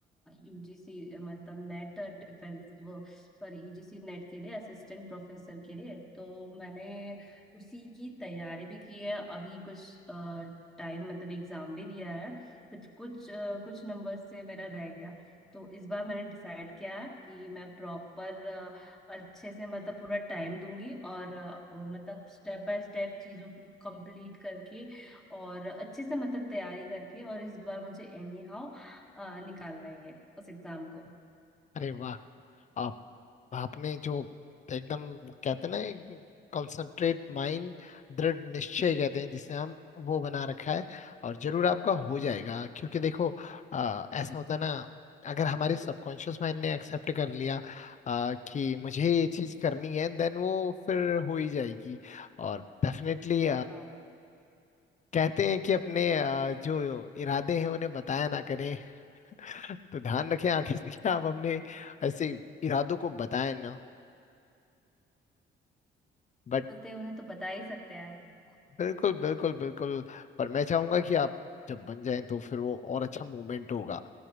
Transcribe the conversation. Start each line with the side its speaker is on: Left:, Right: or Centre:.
Centre: यूजीसी मतलब नेट डिफेंस वो सॉरी यूजीसी नेट के लिए असिस्टेंट प्रोफेसर के लिए तो मैंने उसी की तैयारी भी की है अभी कुछ टाइम मतलब एग्जाम भी दिया है कुछ कुछ अ, कुछ नंबर से मेरा रह गया तो इस बार मैंने डिसाइड किया है कि मैं प्रॉपर अच्छे से मतलब पूरा टाइम दूंगी और अ, वो मतलब स्टेप बाय स्टेप चीजों को कंप्लीट करके और अच्छे से मतलब तैयारी करके और इस बार मुझे एनी हाउ निकालना ही है उस एग्जाम को
Left: अरे वाह आप आपने जो एकदम कहते हैं ना कंसंट्रेट माइंड दृढ़ निश्चय कहते हैं जिसे हम वो बना रखा है और जरूर आपका हो जाएगा क्योंकि देखो आ, ऐसा होता है ना अगर हमारे सबकॉन्शियस माइंड ने एक्सेप्ट कर लिया आ, कि मुझे ये चीज करनी है देन वो फिर हो ही जाएगी और डेफिनेटली
Centre: हाँ
Left: कहते हैं कि अपने अ, जो इरादे हैं उन्हें बताया ना करें <laughs> तो ध्यान रखें आगे से कि आप अपने ऐसे इरादों को बताएं ना बट
Centre: होते हैं उन्हें तो बता ही सकते हैं
Left: बिल्कुल बिल्कुल बिल्कुल पर मैं चाहूंगा कि आप जब बन जाएं तो फिर वो और अच्छा मूवमेंट होगा